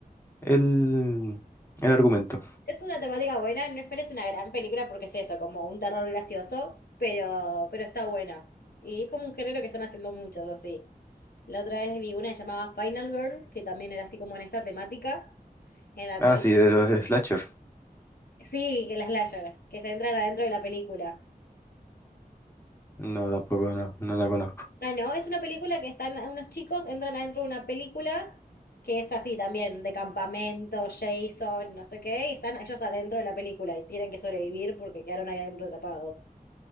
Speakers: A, on the left (about 15°); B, on the left (about 80°).
A: el, el argumento.
B: Es una temática buena, no esperes una gran película porque es eso, como un terror gracioso, pero, pero está buena. Y es como un género que están haciendo muchos así. La otra vez vi una llamada Final Girl, que también era así como en esta temática, en la
A: Ah,
B: cual...
A: sí, de los slasher.
B: Sí, que la slasher, que se entran adentro de la película.
A: No, tampoco, no, no la conozco.
B: Ah, no, es una película que están unos chicos, entran adentro de una película que es así también, de campamento, Jason, no sé qué, y están ellos adentro de la película y tienen que sobrevivir porque quedaron ahí adentro atrapados.